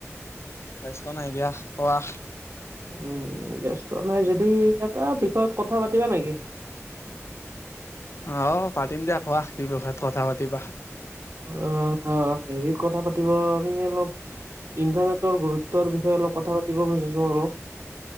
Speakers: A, on the left (about 55°); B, on the right (about 65°).
A: ব্যস্ত নাই দিয়া কোৱা?
B: উম বস্ত নাই যদি এটা বিষয়ত কথা পাতিবা নেকি?
A: অ' অ' পাতিম দিয়া কোৱা কি বিষয়ত কথা পাতিবা।
B: অ' হেৰিত কথা পাতিব আমি অলপ ইণ্টাৰনেট। গুৰুত্বৰ বিষয়ে অলপ কথা পতিব বিুজিছোঁ অলপ।